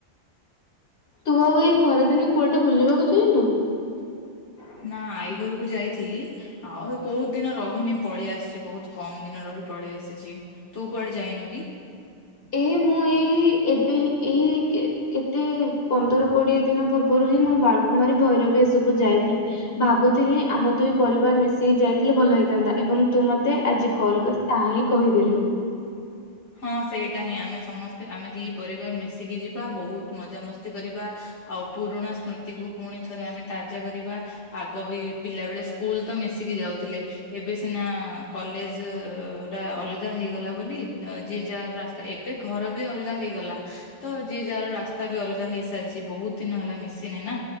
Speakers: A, on the left; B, on the left.
A: ତୁ ଆଉ ଏଇ ଖରାଦିନେ କୁଆଡେ ବୁଲିବାକୁ ଯାଇନୁ? <inaudible>
B: ନା ଆଈ ଘରକୁ ଯାଇଥିଲି ଆଉ ଏ ବହୁତ ଦିନ ରହିନି ପଳେଇ ଆସିଛି ବହୁତ କମ ଦିନ ରହି ପଳେଇ ଆସିଛି ତୁ କୁଆଡେ ଯାଇନୁ କି?
A: ଏ ମୁଁ ଏଇ ଏବେ ଏଇ କେ କେତେ ପନ୍ଦର କୋଡିଏ ଦିନ ପୂର୍ବରୁ ହିଁ ମୁଁ ବାଲକୁମାରୀ ଭୈରବୀ ଏସବୁ ଯାଇଥିଲି ଭାବୁ- ଥିଲ ଆମ ଦୁଇ ପରିବାର ମିଶି ଯାଇଥିଲେ ଭଲ ହେଇଥାନ୍ତା ଏବଂ ତୁ ମତେ ଆଜି କଲ୍ କରି ତା ହିଁ କହି <inaudible>
B: ହଁ ସେଇଟା ହିଁ ଆମେ ସମସ୍ତେ ଆମେ ଦି ପରିବାର ମିଶିକି ଯିବା ବହୁତ ମଜାମସ୍ତି କରିବା ଆଉ ପୁରୁଣା ସ୍ମୃତିକୁୁ ପୁଣି ଥରେ ଆମେ ତା- ପୂଜା କରିବା ଆଗ ବି ପିଲାବେଳେ ସ୍କୁଲ ତ ମିଶିକି ଯାଉଥିଲେ ଏବେ- ସିନା କଲେଜ ଟା ଅଲଗା ହେଇଗଲା ବୋଲି ଯିଏ ଯା ରାସ୍ତା ଏକ ଘର ବି ଅଲଗା ହେଇଗଲା ତ ଯିଏ ଯାହାର ରାସ୍ତା ବି ଅଲଗା ହେଇସାରିଛି। ବହୁତ ଦିନ ହେଲା ମିଶିନି ନା